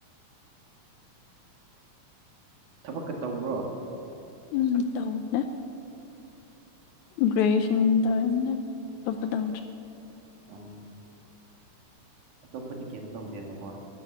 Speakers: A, on the right; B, on the left.
A: ꯊꯕꯛꯀ ꯇꯧꯕ꯭ꯔꯣ
B: ꯎꯝ ꯇꯧꯗꯦ ꯒ꯭ꯔꯦꯁꯟꯇꯧꯑꯦ ꯑꯇꯣꯞꯄ ꯇꯧꯗ꯭ꯔꯦ
A: ꯑꯪ ꯑꯇꯣꯞꯄꯗꯤ ꯀꯦꯝ ꯇꯧꯗꯦꯕꯀꯣ